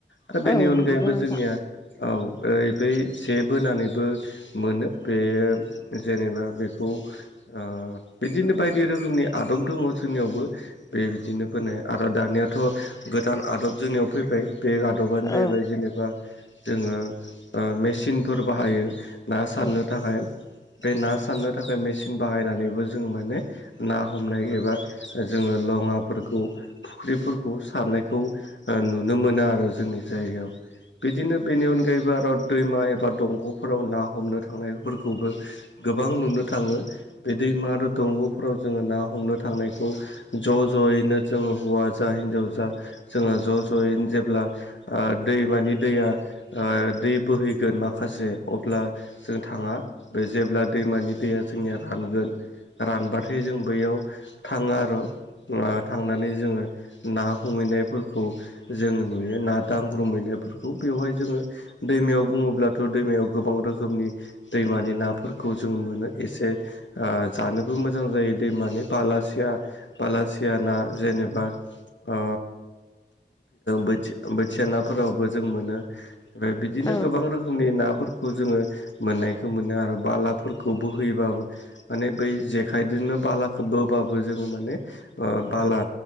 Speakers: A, on the left (about 85°); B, on the left (about 20°).
A: आरो बेनि
B: औ
A: अनगायैबो
B: नंगौ नोंथां
A: जोंनिया औ बै जे बोनानैबो मोनो बे जेनेबा बेखौ ओ बिदिनो बायदि रोखोमनि आदब दङ जोंनियावबो बेबायदिनो बोनाय आरो दानियाथ' गोदान आदब जोंनियाव फैबाय। बे आदबानो जाहैबाय
B: औ
A: जेनेबा जोङो ओ मेसिनफोर बाहायो ना सारनो
B: औ
A: थाखाय बे ना सारनो थाखाय मेचिन बाहायनानैबो जों माने ना हमनाय एबा जोङो लङाफोरखौ फुख्रिफोरखौ सारनायखौ ओ नुनो मोना आरो जोंनि जायगायाव। बिदिनो बेनि अनगायैबो आरो दैमा एबा दंग'फोराव ना हमनो थांनायफोरखौबो गोबां नुनो थाङो बे दैमा आरो दंग'फोराव जोङो ना हमनो थांनायखौ ज' जयैनो जोङो हौवा जा हिनजाव जा जोङो ज' जयैनो जेब्ला ओ दै मानि दैया दै बोहैगोन माखासे अब्ला जों थाङा बे जेब्ला दैमानि दैया जोंनिया रानगोन रानबाथाय जों बैयाव थाङो आरो थांनानै जोङो ना हमहैनायफोरखौ जों नुयो ना दांग्रोमहैनायफोरखौ बेवहाय जोङो दैमायाव बुङोब्लाथ' दैमायाव गोबां रोखोम रोखोमनि दैमानि नाफोरखौ जों मोनो एसे ओ जानोबो मोजां जायो दैमानि बालासिया बालासिया ना जेनेबा ओ बोथि बोथिया नाफोरावबो जों मोनो। ओमफ्राय बिदिनो
B: औ
A: गोबां रोखोमनि नाफोरखौ जोङो मोननायखौ मोनो आरो बालाफोरखौ बोहैयोबाबो माने बै जेखाइजोंनो बालाखौ बोबाबो जोङो माने बाला